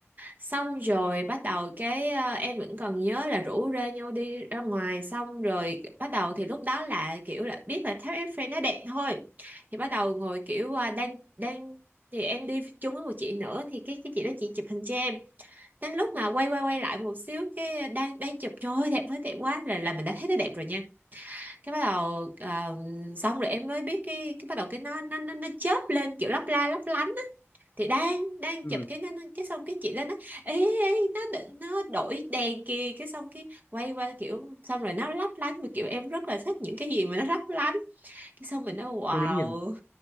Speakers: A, on the right (about 40°); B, on the left (about 55°).
A: xong rồi bắt đầu cái ờ, em vẫn còn nhớ là rủ rê nhau đi ra ngoài xong rồi bắt đầu thì lúc đó là kiểu là biết là tháp Eiffel nó đẹp thôi thì bắt đầu ngồi kiểu ờ, đang đang thì em đi chung với một chị nữa thì cái cái chị đó chị chụp hình cho em đến lúc mà quay quay quay lại một xíu cái đang đang chụp trời ơi, đẹp quá đẹp quá là là mình đã thấy nó đẹp rồi nha cái bắt đầu ờ, xong rồi em mới biết cái cái bắt đầu cái nó nó nó nó chớp lên kiểu lấp la lấp lánh thì đang đang
B: ừ
A: chụp cái nó nó- cái xong cái chị đó nói ê, ê nó đ- nó đổi đèn kìa cái xong cái quay qua kiểu xong rồi nó lấp lánh mà kiểu em rất là thích những cái gì mà nó lấp lánh cái xong mình nói wow
B: thì đứng nhìn